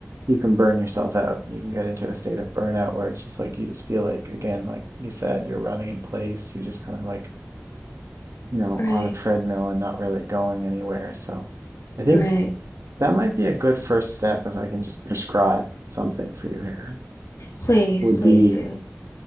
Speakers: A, on the right; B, on the left.
A: you can burn yourself out. You can get into a state of burnout where it's just like you just feel like, again, like you said, you're running in place. You're just kind of like, you know,
B: right,
A: on a treadmill and not really going anywhere. So I think
B: right.
A: That might be a good first step if I can just prescribe something for you here.
B: Please,
A: Would
B: please
A: be
B: do.